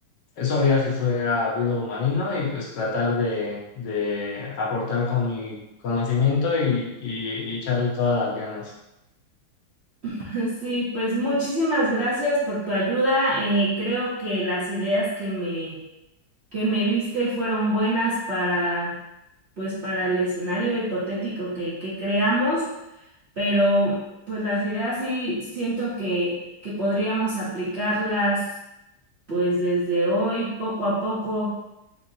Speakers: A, on the left; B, on the right.
A: Eso haría si fuera biólogo marino y pues tratar de, de aportar con mi conocimiento y, y, y echarle todas las ganas.
B: <laughs> Sí, pues muchísimas gracias por tu ayuda. eh, creo que las ideas que me, que me diste fueron buenas para, pues, para el escenario hipotético que, que creamos, pero pues las ideas sí siento que, que podríamos aplicarlas pues desde hoy, poco a poco